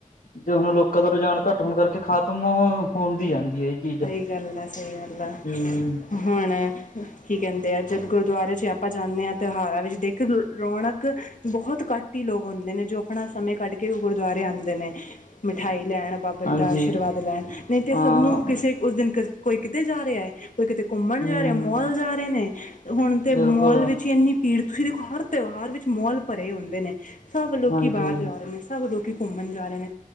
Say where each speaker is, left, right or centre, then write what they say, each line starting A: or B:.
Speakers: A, on the left; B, on the left.
A: ਜੇ ਹੁਣ ਲੋਕਾਂ ਦਾ ਰੁਝਾਨ ਘੱਟ ਹੋਣ ਕਰਕੇ ਖ਼ਤਮ ਹੋਣ ਦੀ ਜਾਂਦੀ ਹੈ। ਚੀਜ਼।
B: ਸਹੀ ਗੱਲ ਆ ਸਹੀ ਗੱਲ ਆ
A: ਹੂੰ।
B: ਹੁਣ ਕੀ ਕਹਿੰਦੇ ਆ ਜਦ ਗੁਰਦੁਆਰੇ 'ਚ ਆਪਾਂ ਜਾਂਨੇ ਹਾਂ ਤਿਹਾਰਾਂ ਵਿੱਚ ਦੇਖੋਂ ਰ ਰੌਣਕ ਬਹੁਤ ਘੱਟ ਘੱਟ ਹੀ ਲੋਕ ਹੁੰਦੇ ਨੇ ਜੋ ਆਪਣਾ ਸਮੇਂ ਕੱਢ ਕੇ ਗੁਰਦੁਆਰੇ ਆਂਦੇ ਨੇ ਮਿਠਾਈ ਲੈਣ। ਬੰਦਾ
A: ਹਾਂਜੀ
B: ਆਸ਼ੀਰਵਾਦ ਲੈਣ ਨਹੀਂ ਤੇ
A: ਹਾਂ
B: ਸਭ ਨੂੰ ਕਿਸੇ ਉਸ ਦਿਨ ਕੋਈ ਕਿਤੇ ਜਾ ਰਿਹਾ ਹੈ ਕੋਈ ਕਿਤੇ ਘੁੰਮਣ
A: ਹੂੰ
B: ਜਾ ਰਿਹਾ ਮੌਲ ਜਾ ਰਹੇ ਨੇ ਹੁਣ ਤੇ
A: ਬਿਲਕੁਲ
B: ਮੌਲ ਵਿੱਚ ਇੰਨੀ ਪੀੜਤ ਤੁਸੀਂ ਦੇਖੋ ਹਰ ਤਿਉਹਾਰ ਵਿੱਚ ਮੌਲ ਭਰੇ ਹੁੰਦੇ ਨੇ ਸਭ ਲੋਕੀ
A: ਹਾਂਜੀ
B: ਬਾਹਰ ਜਾ ਰਹੇ ਨੇ। ਸਭ ਲੋਕ ਘੁੰਮਣ ਜਾ ਰਹੇ ਨੇ।